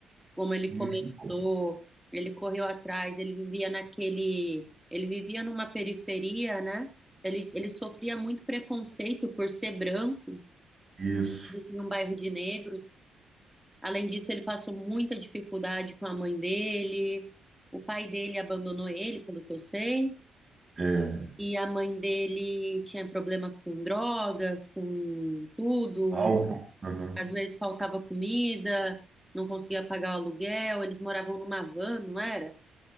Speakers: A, in the centre; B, on the right.
A: como ele
B: Muito
A: começou,
B: bom.
A: ele correu atrás, ele vivia naquele, ele vivia numa periferia, né? Ele, ele sofria muito preconceito por ser branco,
B: Isso.
A: ele vivia em um bairro de negros. Além disso, ele passou muita dificuldade com a mãe dele. O pai dele abandonou ele, pelo que eu sei.
B: É.
A: E a mãe dele tinha problema com drogas, com tudo.
B: Álcool. Aham.
A: Às vezes faltava comida, não conseguia pagar o aluguel, eles moravam numa van, não era?